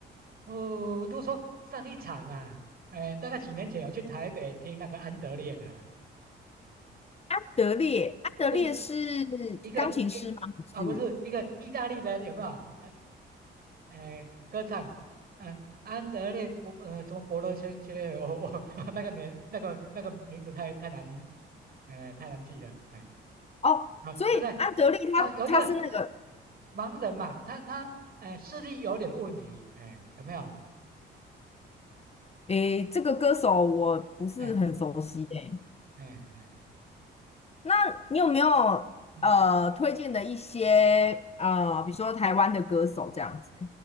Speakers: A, on the right; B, on the left.
A: 哦，如果说上一场啊，哎，大概几年前有去台北听那个安德烈的啦，
B: 安德烈，安德烈是钢琴师吗？
A: 就是一个一啊，
B: 不是
A: 不是一个意大利的，有没有？哎哎，歌唱，嗯、安德烈博呃什么博罗切切列，我我 <laughs> 那个年那个那个名字太太难，哎、太难记了，哎。
B: 哦，
A: 啊，
B: 所以安德烈他他是那个，
A: 就在啊，有一个呃盲人嘛，他他哎视力有点问题，哎，有没有？
B: 诶，这个歌手我不是很熟悉诶。
A: 哎哎哎，
B: 那你有没有呃推荐的一些呃，
A: 嗯，
B: 比如说台湾的歌手这样子？